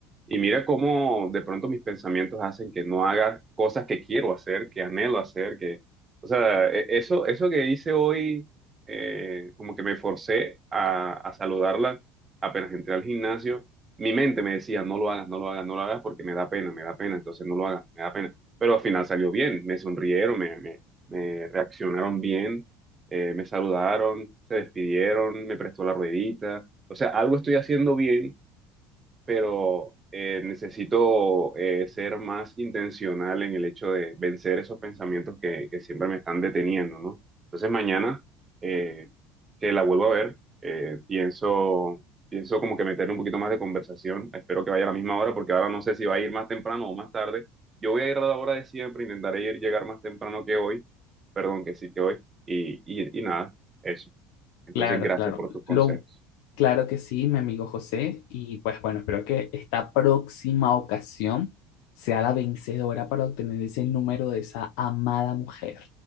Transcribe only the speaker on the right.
y mira cómo de pronto mis pensamientos hacen que no haga cosas que quiero hacer, que anhelo hacer, que, o sea, e- eso, eso que hice hoy, eh, como que me forcé a, a saludarla apenas entré al gimnasio, mi mente me decía, no lo hagas, no lo hagas, no lo hagas porque me da pena, me da pena, entonces no lo hagas, me da pena pero al final salió bien, me sonrieron, me, me, me reaccionaron bien, eh, me saludaron, se despidieron, me prestó la ruedita, o sea, algo estoy haciendo bien pero eh, necesito eh, ser más intencional en el hecho de vencer esos pensamientos que, que siempre me están deteniendo, ¿no? Entonces mañana eh, que la vuelvo a ver, eh, pienso, pienso como que meterle un poquito más de conversación. Espero que vaya a la misma hora porque ahora no sé si va a ir más temprano o más tarde. Yo voy a ir a la hora de siempre, intentaré ir, llegar más temprano que hoy, perdón, que sí que hoy, y, y, y nada, eso. Entonces,
gracias
por tus consejos.